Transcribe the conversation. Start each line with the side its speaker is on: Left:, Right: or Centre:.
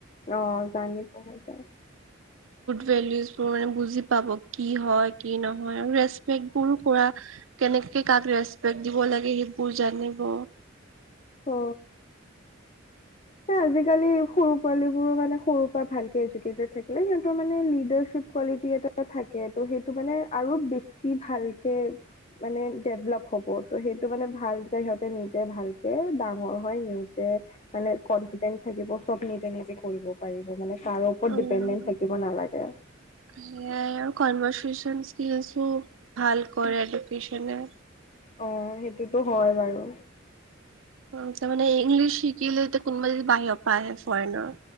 Left: অ জানি পঢ়া যায়।
Right: ভেলুজবোৰ মানে বুজি পাব কি হয় কি নহয় আৰু ৰেস্কপেকবোৰো কৰা কেনেক- কে কাক ৰেস্কপেক দি ব লাগে সেই বোৰ জানিব।
Left: <inaudible> অ স সেকালি সৰু পোৱালীবোৰো মানে সৰুৰ পৰা ভালকে এডুকেটেড থাকিলে সিহঁতৰ মানে লিডাৰশ্বিপ কোৱালিটি এটা থাকে ত' সেইটো মানে আৰু বেছি ভালকে মানে ডেভলপ হ'ব ত' সেইটো মানে ভাল সিহঁতে নিজে ভাল ডাঙৰ হয় নিজে মানে কনফিডেন্ট থাকিব চব নিজে নিজে কৰিব পাৰিব মানে কাৰো ওপৰত
Right: উম
Left: ডিপেণ্ডেণ্ট থাকিব নালাগে।
Right: সেয়াই আৰু <unintelligible> ভাল কৰে এডুকচনে
Left: অ সেইটোতো হয় বাৰু
Right: আ তামানে ইংলিছ শিকিল তো কোমল বাহিৰৰ পৰা আহে ফৰেনৰ